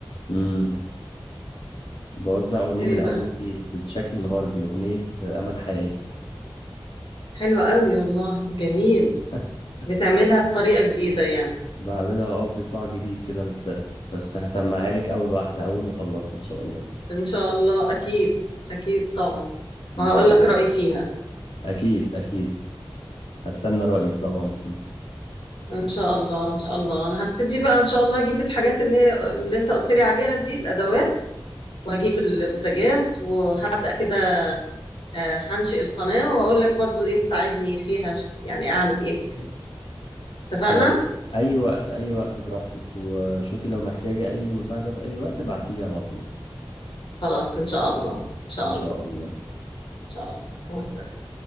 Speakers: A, on the left (about 80°); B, on the left (about 65°).
A: امم بوزع اغنيه
B: ايه
A: من اول
B: بقى
A: وجديد بالشكل الغربي اغنيه امل حياتي
B: حلو قوي والله جميل
A: <laughs>
B: بتعملها بطريقة جديدة يعني
A: بعملها اه بايقاع جديد كده مختلف بس هسمعها لك اول واحده اول ما اخلصها ان شاء الله
B: ان شاء الله اكيد اكيد طبعا
A: ان
B: وهقول
A: شاء
B: لك
A: الله
B: رأيي فيها
A: اكيد اكيد هستنى رايك طبعا فيها
B: ان شاء الله ان شاء الله انا هبتدي بقى ان شاء الله اجيب الحاجات اللي هي اللي انت قلت لي عليها دي الادوات وهجيب البوتاجاز وهبدأ كده آه، هنشئ القناة واقول لك برضو ايه تساعدني فيها ش- يعني اعمل ايه فيها. اتفقنا
A: آه، اي وقت اي وقت براحتك وشوفي لو محتاجه اي مساعده في اي وقت ابعتيلي على طول
B: خلاص ان شاء الله ان شاء
A: ان شاء
B: الله ان
A: الله
B: شاء الله مع السلامة